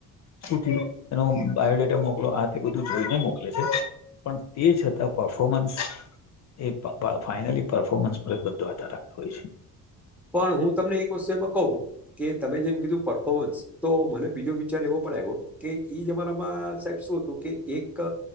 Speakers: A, on the left; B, in the centre.
A: સુથી એનો બાયોડેટા મોકલો આ તે બધું જોઈને મોકલે છે. પણ તે છતાં પરફોર્મન્સ એ ફાઈનલી પરર્ફોર્મન્સ ધાર રાખતો હોય છે.
B: પણ હું તમને એક વસ્તુ એમાં કહું. કે તમે જેમ કીધું પર્ફોર્મન્સ તો મને બીજો વિચાર એવો પણ આવ્યો. કે ઈ જ અમારામાં સાહેબ શું હતું કે એક